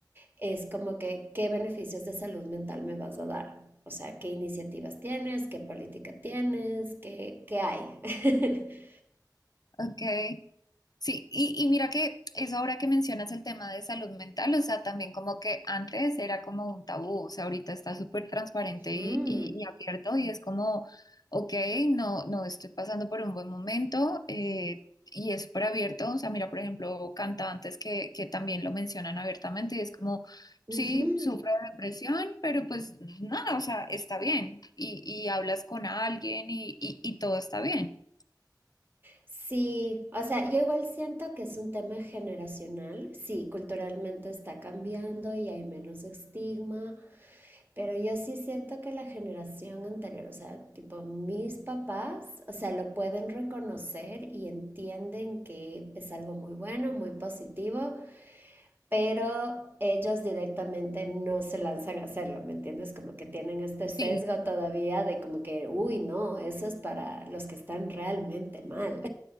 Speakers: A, on the right (about 30°); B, on the left (about 60°).
A: es como que qué beneficios de salud mental me vas a dar. O sea, qué iniciativas tienes, qué política tienes, qué, qué hay. <laughs>
B: Ok, sí, y, y mira que eso ahora que mencionas el tema de salud mental, o sea, también como que antes era como un tabú, o sea, ahorita está súper transparente
A: Ujú,
B: y, y- y abierto y es como, ok, no, no estoy pasando por un buen momento eh, y es súper abierto, o sea, mira, por ejemplo, cantantes que, que también lo mencionan abiertamente y es como,
A: ujú.
B: sí, sufro de depresión, pero pues nada, o sea, está bien y, y hablas con alguien y, y, y todo está bien.
A: Sí, o sea, yo igual siento que es un tema generacional. Sí, culturalmente está cambiando y hay menos estigma, pero yo sí siento que la generación anterior, o sea, tipo mis papás, o sea, lo pueden reconocer y entienden que es algo muy bueno, muy positivo pero ellos directamente no se lanzan a hacerlo, ¿me entiendes? Como que tienen este sesgo
B: Sí.
A: todavía de como que, uy, no, eso es para los que están realmente mal.